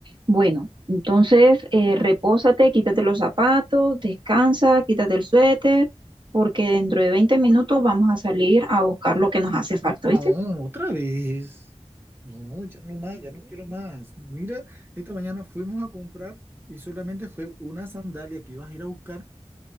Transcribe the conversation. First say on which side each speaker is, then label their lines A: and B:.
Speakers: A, on the right; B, on the right.
A: Bueno, entonces eh, repósate, quítate los zapatos, descansa, quítate el suéter, porque dentro de 20 minutos vamos a salir a buscar lo que nos hace falta,
B: No,
A: ¿viste?
B: otra vez. No, ya no más, ya no quiero más. Mira, esta mañana fuimos a comprar y solamente fue una sandalia que ibas a ir a buscar.